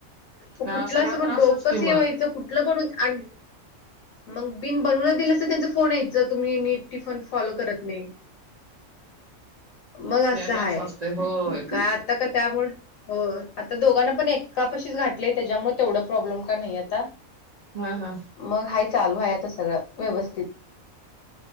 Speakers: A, on the left (about 75°); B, on the right (about 60°).
A: मग
B: हा
A: कुठलं
B: सगळा
A: असं मग
B: त्रासच
A: डोकंच
B: कि मग
A: हे व्हायचं कुठलं म्हणून आ मग बिन बनवला दिलं असं तर त्यांचा फोन येयचा, तुम्ही नीट टिफन फॉलो करत नाही. मग असं
B: याने
A: हाय,
B: असते होय
A: काय आता का त्यामुळे हो, आता दोघांना पण एका पशीच घातले, त्याच्यामुळे तेवढं प्रॉब्लेम का नाही आता.
B: हा हा
A: मग हाय चालू आहे आता सगळं व्यवस्थित.